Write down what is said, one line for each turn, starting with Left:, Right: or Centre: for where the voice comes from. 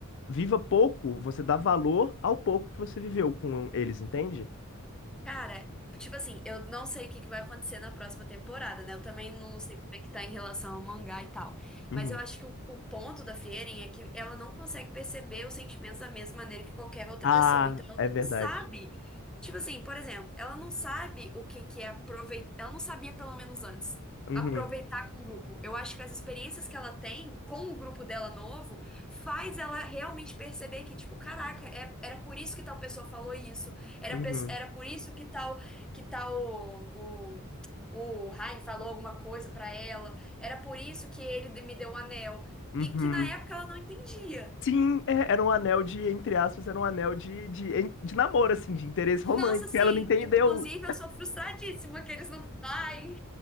Left: viva pouco, você dá valor ao pouco que você viveu com eles, entende?
Centre: Cara, tipo assim, eu não sei o que que vai acontecer na próxima temporada, né? Eu também não sei como é que tá em relação ao mangá e tal.
Left: Uhum.
Centre: Mas eu acho que o, o ponto da Frieren é que ela não consegue perceber os sentimentos da mesma maneira que qualquer outra
Left: Ah,
Centre: pessoa. Então ela
Left: é verdade.
Centre: não sabe. Tipo assim, por exemplo, ela não sabe o que que é aproveitar. Ela não sabia, pelo menos antes,
Left: Uhum,
Centre: aproveitar com o grupo. Eu acho que as experiências que ela tem com o grupo dela novo faz ela realmente perceber que, tipo, caraca, é- era por isso que tal pessoa falou isso. Era,
Left: uhum,
Centre: pe- era por isso que tal que tal o, o, o Heine falou alguma coisa pra ela. Era por isso que ele me deu o anel.
Left: uhum.
Centre: E que na época ela não entendia.
Left: Sim, é, era um anel de, entre aspas, era um anel de, de, en- de namoro, assim, de interesse romântico.
Centre: Nossa, sim,
Left: Ela não entendeu.
Centre: inclusive eu sou frustradíssima que eles não. Ai,